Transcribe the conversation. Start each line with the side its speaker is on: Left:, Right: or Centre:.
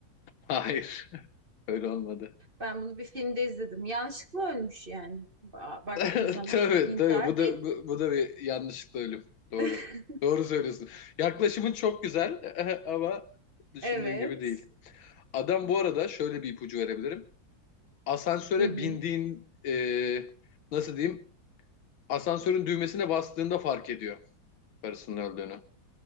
Left: Hayır. Öyle olmadı.
Right: Ben bunu bir filmde izledim. Yanlışlıkla ölmüş yani. Ba- baktığın
Left: <laughs>
Right: zaman
Left: Tabii
Right: intihar
Left: tabii bu da
Right: değil.
Left: bu, bu da bir yanlışlıkla ölüm. Doğru.
Right: <laughs>
Left: Doğru söylüyorsun. Yaklaşımın çok güzel <laughs> ama düşündüğün
Right: Evet.
Left: gibi değil. Adam bu arada şöyle bir ipucu verebilirim. Asansöre
Right: Hı hı.
Left: bindiğin e, nasıl diyeyim? Asansörün düğmesine bastığında fark ediyor karısının öldüğünü.